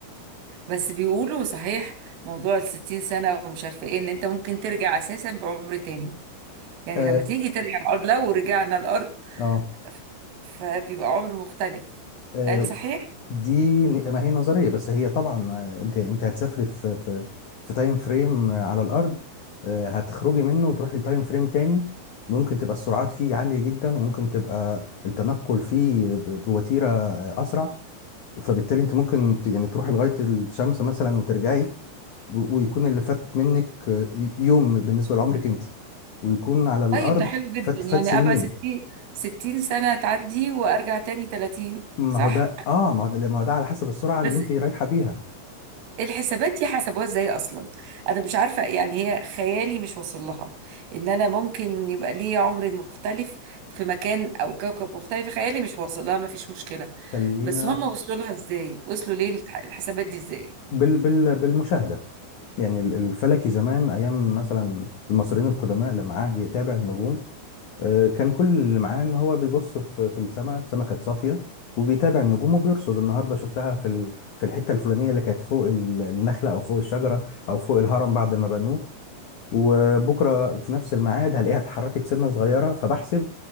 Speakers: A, on the right; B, on the left.
A: بس بيقولوا صحيح موضوع الستين سنه ومش عارفه ايه ان انت ممكن ترجع اساسا بعمر تاني يعني
B: اه
A: لما تيجي ترجع الارض لو رجعنا الارض
B: اه
A: ف- فبيبقى عمر مختلف
B: آه،
A: قال صحيح
B: دي ن- ما هي نظريه بس هي طبعا آه، انت انت هتسافري في في في تايم فريم آه، على الارض آه، هتخرجي منه وتروحي لتايم فريم تاني ممكن تبقى السرعات فيه عاليه جدا وممكن تبقى التنقل فيه ب- بوتيره آه، اسرع فبالتالي انت ممكن ت- يعني تروحي لغايه الشمس مثلا وترجعي و- ويكون اللي فات منك آه، ي- يوم بالنسبه لعمرك انت ويكون على الارض
A: طيب ده حلو جدا
B: فات
A: يعني
B: فات سنين
A: ابقى ستين ستين سنه تعدي وارجع تاني تلاتين
B: ما
A: صح
B: هو ده اه ما هو ده ما هو ده على حسب السرعه اللي
A: بس
B: انت رايحه بيها
A: الحسابات دي حسبوها ازاي اصلا انا مش عارفه يعني هي خيالي مش واصل لها ان انا ممكن يبقى لي عمر مختلف في مكان او كوكب مختلف خيالي مش واصل لها ما فيش مشكله
B: خلينا
A: بس هم وصلوا لها ازاي وصلوا ليه للح- الحسابات دي ازاي
B: بال بال بالمشاهده يعني ال- الفلكي زمان ايام مثلا المصريين القدماء لما قعد يتابع النجوم آه، كان كل اللي معاه ان هو بيبص في في السماء السماء كانت صافيه وبيتابع النجوم وبيرصد النهارده شفتها في ال- في الحته الفلانيه اللي كانت فوق ال- النخله او فوق الشجره او فوق الهرم بعد ما بنوه وبكره في نفس الميعاد هلاقيها اتحركت سنه صغيره فبحسب